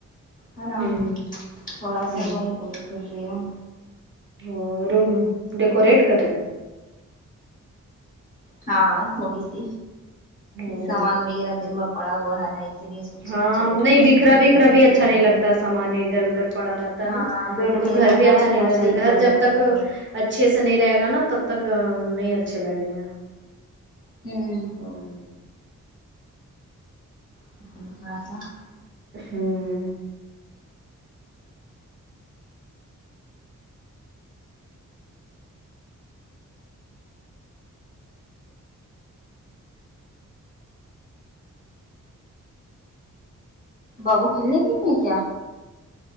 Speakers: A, on the left; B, on the right.
A: ہے نا
B: ہوں
A: تھوڑا
B: ہوں
A: سا روم کو یہ کر رہی ہوں
B: ا روم ڈیکوریٹ کر رہے
A: ہاں تھوڑی سی
B: ہوں
A: سامان وغیرہ دن بھر پڑا ہوا ہے نا اسی لیے سوچے
B: ہاں
A: کہ چلو تھوڑا
B: نہیں بکھرا
A: سا بیڈ
B: بکھرا
A: وغیرہ
B: بھی
A: صحیح
B: اچھا نہیں
A: کر
B: لگتا
A: لیں
B: سامان ادھر ادھر پڑا رہت تا
A: ہاں
B: نا
A: بیڈ
B: تو
A: وغیرہ
B: گھر
A: جو
B: بھی اچھا
A: ہے نا
B: نہیں
A: تھوڑا
B: لگ
A: صحیح
B: گھر
A: کر لیتی
B: جب تک
A: ہوں
B: اچ اچھے سے نہیں رہے گا نا تب تک نہیں اچھے لگیں گے
A: ہوں
B: ہوں
A: <unintelligible>
B: ہوں
A: بابو کھیلنے گۓ ہیں کیا